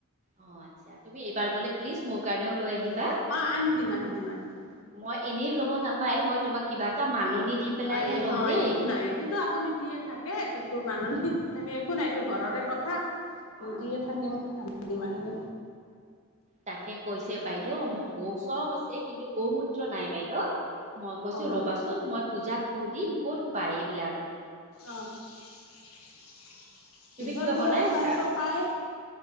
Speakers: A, on the right; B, on the left.
A: অ আচ্ছা তুমি এইবাৰ গলে প্লিজ মোৰ কাৰণেও লৈ আহিবা
B: অ আনি দিম আনি দিম আনি দিম
A: মই এনেই ল'ব নাপাই মই তোমাক কিবা এটা মাননি দি পেলাইহে
B: অ এ
A: ল'ম
B: অ
A: দেই
B: একো নাই এইটোটো আপুনি দিয়ে থাকে কিন্তু মাননি দি থাকে একো নাইতো ঘৰৰে কথা
A: অ
B: দিয়ে থাকিম দিম আহিলে
A: তাকে কৈছে বাইদেউ মোৰ গৌ চব আছে কিন্তু গৌমূত্ৰ নাই বাইদেউ মই কৈছো
B: অ
A: ৰবাচোন মই পূজাক শুধিম কত পাই এইবিলাক
B: অ <unintelligible>
A: তুমি
B: যে
A: কিবা
B: পূজাৰ
A: বনাই
B: দোকানতো
A: আছা
B: পায়